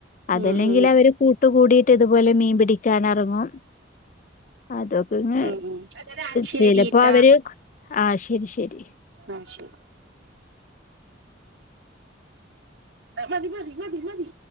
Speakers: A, on the left; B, on the right.
A: അതല്ലെങ്കിൽ
B: ഉം ഉം
A: അവർ കൂട്ട കൂടി മറ്റ ഇതുപോലെ മീൻ പിടിക്കൻ ഇറങ്ങും അതൊക്കെ ഇങ്
B: ഉം ഉം
A: ചിലപ്പോ
B: ശരിട്ടാ
A: അവര് ആഹ ശരി ശരി
B: ആഹ ശരി മതി മതി മതി മതി